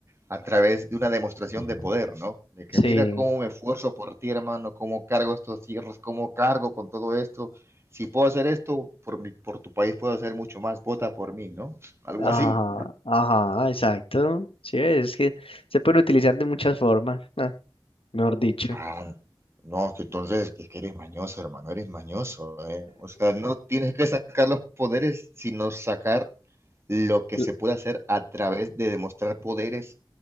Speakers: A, on the right (about 30°); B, on the left (about 85°).
A: a través de una demostración de poder, ¿no? De que
B: sí,
A: mira cómo me esfuerzo por ti, hermano, cómo cargo estos cierros, cómo cargo con todo esto. Si puedo hacer esto, por mi, por tu país puedo hacer mucho más. Vota por mí, ¿no? <laughs> Algo
B: ajá,
A: así.
B: ajá, exacto. Sí, es que se puede utilizar de muchas formas, ah, mejor dicho.
A: Ah, no, que entonces es que eres mañoso, hermano, eres mañoso, ¿eh? O sea, no tienes que sacar los poderes, sino sacar lo que
B: L-
A: se puede hacer a través de demostrar poderes